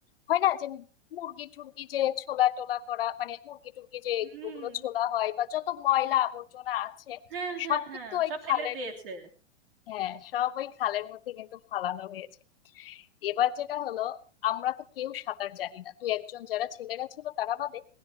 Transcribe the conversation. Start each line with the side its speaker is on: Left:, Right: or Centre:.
Left: হয় না যে মুরগি টুরগি যে ছোলা টোলা করা মানে মুরগি টুরগি যে
Right: হুম
Left: ওগুলো ছোলা হয় বা যত ময়লা আবর্জনা আছে
Right: হ্যাঁ হ্যাঁ
Left: সব
Right: হ্যাঁ
Left: কিন্তু ওই
Right: সব
Left: খালের
Right: ফেলে দিয়েছে
Left: হ্যাঁ সব ওই খালের মধ্যে কিন্তু ফালানো হয়েছে এবার যেটা হলো আমরা তো কেউ সাঁতার জানি না দু একজন যারা ছেলেরা ছিল তারা বাদে